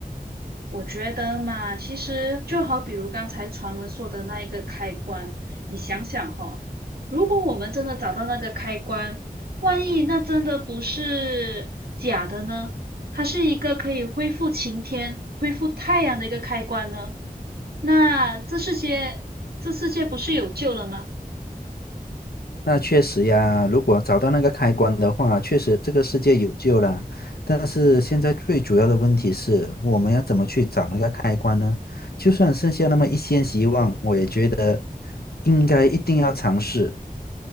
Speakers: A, on the right (about 85°); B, on the left (about 85°).
A: 我觉得嘛，其实就好比如刚才传闻说的那一个开关，你想想哈，如果我们真的找到那个开关，万一那真的不是假的呢？它是一个可以恢复晴天、恢复太阳的一个开关呢？那这世界，这世界不是有救了吗？
B: 那确实呀，如果找到那个开关的话，确实这个世界有救了。但是现在最主要的问题是，我们要怎么去找那个开关呢？就算剩下那么一线希望，我也觉得应该一定要尝试。